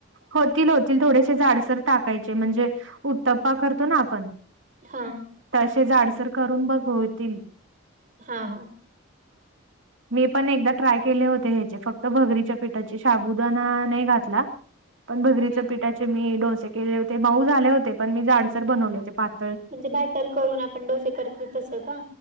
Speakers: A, on the right; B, on the right.
A: होतील होतील थोडेसे जाडसर टाकायचे म्हणजे उत्तप्पा करतो ना आपण.
B: हा.
A: तसे जाडसर करून बघ होतील.
B: हा हा.
A: <inaudible> मी पण एकदा ट्राय केले होते ह्याचे फक्त भगरीच्या पीठाचे शाबुदाणा नाही घातला पण भगरीचे
B: हम्म
A: पिठाचे मी डोसे केले होते माऊ झाले होते पण मी जाडसर बनवले हो प <unintelligible>
B: म्हणजे बॅटर करून आपण डोसे करतो तसं का?